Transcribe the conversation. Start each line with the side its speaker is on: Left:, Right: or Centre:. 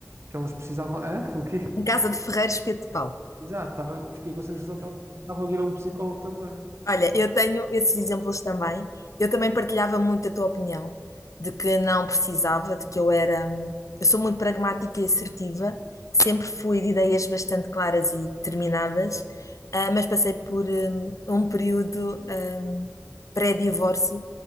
Right: que elas precisavam, hã? <laughs> O quê?
Left: Na casa de Ferreiros, espeto de pau.
Right: Exato, tava, fiquei com a sensação que elas precisavam de ir a um psicólogo também.
Left: Olha, eu tenho esses exemplos também. Eu também partilhava muito a tua opinião de que não precisava, de que eu era. Eu sou muito pragmática e assertiva, sempre fui de ideias bastante claras e determinadas, ah, mas passei por hum, um período hum, pré-divórcio